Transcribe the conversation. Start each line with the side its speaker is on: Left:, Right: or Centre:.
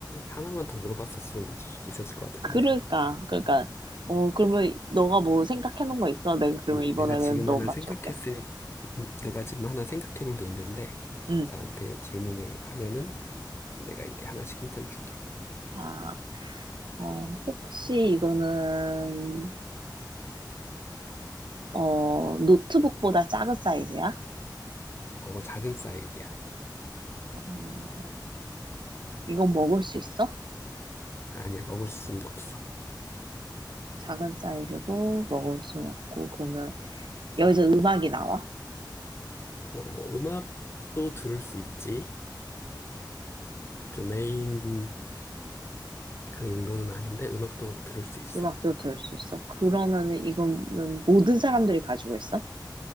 Left: 하나만 더 물어봤었으면 맞출 수도 있었을 것 같은데.
Right: 그러니까 그러니까 어 그러면 너가 뭐 생각해 놓은 거 있어? 내가 그러면
Left: 음,
Right: 이번에는
Left: 내가 지금
Right: 너
Left: 하나
Right: 맞춰볼게.
Left: 생각했을, 음, 내가 지금 하나 생각해 놓은 게 있는데,
Right: 응.
Left: 나한테 질문을 하면은 내가 이렇게 하나씩 힌트를 줄게.
Right: 아, 어, 혹시 이거는 어, 노트북보다 작은 사이즈야?
Left: 어, 작은 사이즈야.
Right: 음, 이건 먹을 수 있어?
Left: 아니야, 먹을 수는 없어.
Right: 작은 사이즈고, 먹을 순 없고, 그러면 여기서 음악이 나와?
Left: 어, 음악도 들을 수 있지. 좀 메인 그 용도는 아닌데, 음악도 들을 수 있어.
Right: 음악도 들을 수 있어? 그러면은 이거는 모든 사람들이 가지고 있어?